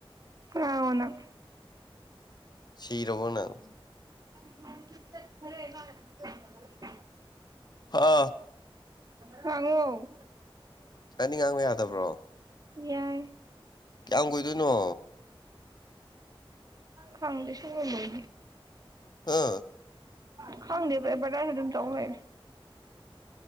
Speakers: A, on the right; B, on the left.
A: ꯀꯅꯅꯣ ꯅꯪ
B: ꯁꯤꯔꯥꯕꯣ ꯅꯪ
A: <unintelligible> ꯆꯠꯗꯔꯦ ꯃꯅꯥ <unintelligible>
B: ꯍꯥ
A: ꯉꯡꯉꯣ
B: ꯅꯪꯗꯤ ꯉꯡꯕ ꯌꯥ ꯗꯕ꯭ꯔꯣ?
A: ꯌꯥꯏ
B: ꯀ꯭ꯌꯝ ꯀꯨꯏꯗꯣꯏꯅꯣ
A: ꯈꯥꯡꯗꯦ ꯁꯣꯛꯑꯝ ꯗꯧꯗꯤ
B: ꯍꯥ
A: <unintelligible> ꯈꯪꯗꯦ ꯑꯦꯕꯔꯇꯖ ꯑꯗꯨꯝ ꯇꯧꯂꯩ